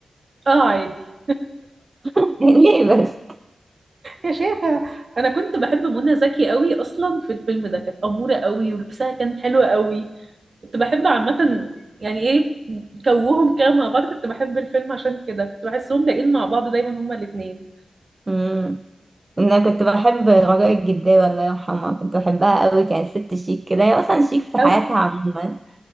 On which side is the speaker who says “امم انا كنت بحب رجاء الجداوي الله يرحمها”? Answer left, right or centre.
Right